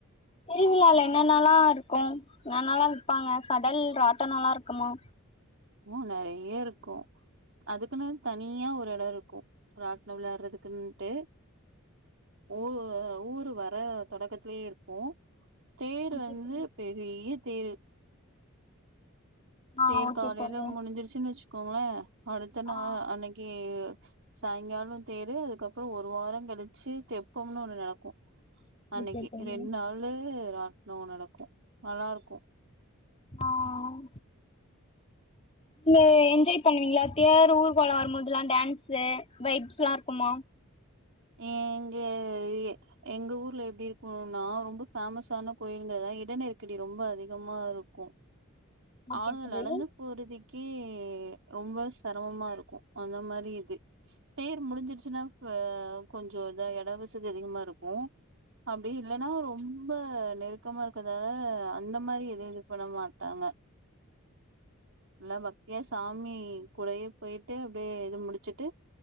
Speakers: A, on the left; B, on the right.
A: திருவிழால என்னன்னளா இருக்கு என்னல்லா விப்பாங்க கடல் ராட்டணொல்லா இருக்குமா
B: உ நெறைய இருக்கு அதுக்குன்னு தனியா ஒரு எடொ இருக்கு ராட்ணம் விளையாடுறதுக்குன்ட்டு ஊ ஊரு வர தொடக்கத் துலே இருக்கு தேர்
A: ஓகே
B: வந்து
A: தோழி
B: பெரிய தேரு
A: ஆ
B: தேர்
A: ஓகே
B: காலைல
A: தோழி
B: முடுஞ்சுடுச்சுன் வச்சு கோங்கள அடுத்த நா
A: ஆ
B: அனைக்கு சாய்ங்காலொ தேரு அதுக்கப்பறொ ஒரு வாரங் கழிச்சு தெப்பம்னு ஒன்னு நடக்கு அன்னைக்கு
A: ஓகே தோழி
B: ரெண்டு நாளு ராட் னோ நடக்கு நல்லாருக்கு
A: ஆஹ் நீங்க என்ஜாய் பண்ணுவீங்களா தேர் ஊர் கோலோ வரும்போதுல்லா டேன்ஸு வைப்ஸ்ல்லா இருக்குமா
B: எங்க எ எங்க ஊர்ல எப்டி இருக்கும்னா ரொம்ப பேமஸான கோயில்கள இடநெருக்கடி ரொம்ப அதிகமாருக்கு
A: ஓகே
B: ஆள்
A: தோழி
B: நடந்து போறதுக் க்கே ரொம்ப செரமமா இருக்கு அந்த மாரி இக்கு தேர் முடிஞ்சிருச்சுன்னா கொ கொஞ்சொ இதா எடவசதி அதிகமா இருக்கு அப்படி இல்லன்னா ரொம்ப நெருக்கமா இருக்கதால அந்த மாரி எது இது பண்ண மாட்டாங்க நல்லா பக்தியா சாமி கூடயே போயிட்டு அப்டியே இது முடிச்சுட்டு